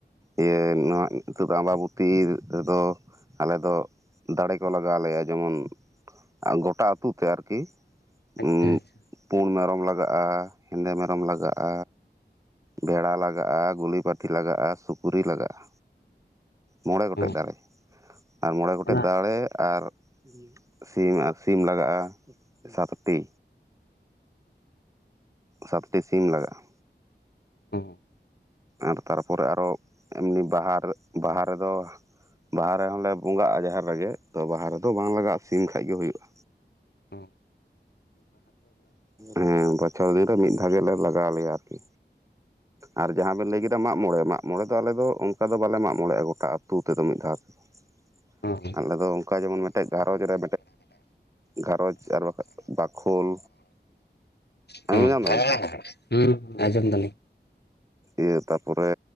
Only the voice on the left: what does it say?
ᱟᱪᱪᱷᱟ
ᱟᱪᱪᱷᱟ
ᱚᱸ
ᱚᱱᱟ
ᱚ
ᱚ
ᱦᱚᱸ
ᱦᱚᱸ
ᱦᱩᱸ ᱟᱡᱚᱢ ᱫᱟᱞᱤᱧ᱾